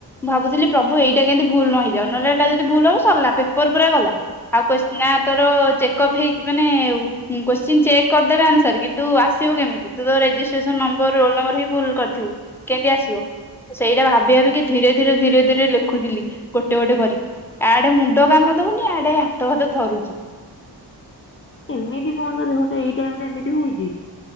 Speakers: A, in the centre; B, on the left.
A: ଭାବୁଥିଲି ପ୍ରଭୁ ଏଇଟା କେମିତି ଭଲ ନ ହେଇଯାଉ ନହେଲେ ଏଟା ଯଦି ଭୁଲ ହବ ସରିଲା ପେପ ପା ଗଲା ଆଉ ନା ତୋର ଚେକଅପ୍ ହେଇ ମାନେ କୋଶ୍ଚିନ୍ ଚେକ୍ କରିଦେବେ ଆନ୍ସର କିନ୍ତୁ ତୁ ଆସିବ କେମିତି? ରେଷ୍ଟ୍ରେସନ ନମ୍ବର ରୋଲ ନମ୍ବର ହିଁ ଭୁଲ କରିଥିବୁ କେମିତି ଆସିବ। ସେଇଟା ଭାବି ଭାବିକି ଧୀରେ ଧୀରେ ଧୀରେ ଧୀରେ ଲେଖୁଥିଲି ଗୋଟେ ଗୋଟେ କରିକି। ଆଡେ ମୁଣ୍ଡ କାମ ଦବନି ଆଡେ ହାତ ଭାତ ଥରୁଚି।
B: ଏମିତି କଣ ପାଇଁ ଦେହଟା ଏଇ ଟାଇମରେ ଏମିତି ହଉଚି।